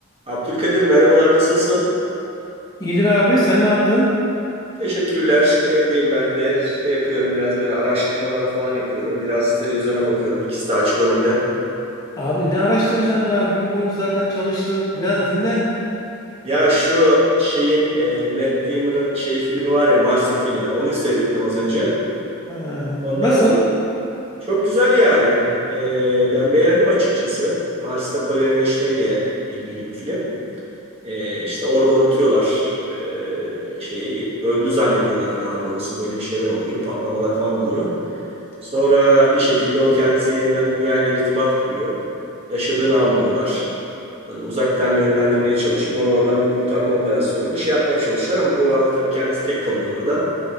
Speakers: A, on the right; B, on the left.
A: Abdülkadir merhabalar nasılsın?
B: İyidir abi sen ne yaptın?
A: Teşekkürler. Evdeyim ben de. Şey yapıyorum biraz böyle araştırmaları falan yapıyorum. Biraz televizyona bakıyorum. ikisi de açık önümde.
B: Abi ne araştıracaksın daha gün boyunca zaten çalıştın. Biraz dinlen.
A: Ya şu şeyin e, Matt Damon'ın şey filmi var ya Marslı filmi. Onu seyrettim az önce.
B: Ha,
A: Ondan
B: nasıl?
A: çok güzel yani. E, ben beğendim açıkçası. Mars'ta kolonileşmeyle ilgili bir film. Ee, işte orada unutuyorlar ee, şeyi. Öldü zannediyorlar daha doğrusu. Böyle bir şeyler oluyor. Patlamalar falan oluyor. Sonra bir şekilde o kendisi yeniden dünyayla irtibat kuruyor. Yaşadığını anlıyorlar. Ee, Uzaktan yönlendirmeye çalışıp onu oradan bir kurtarma operasyonuyla şey yapmaya çalışıyorlar ama bu arada tabii kendisi tek kalıyor orada.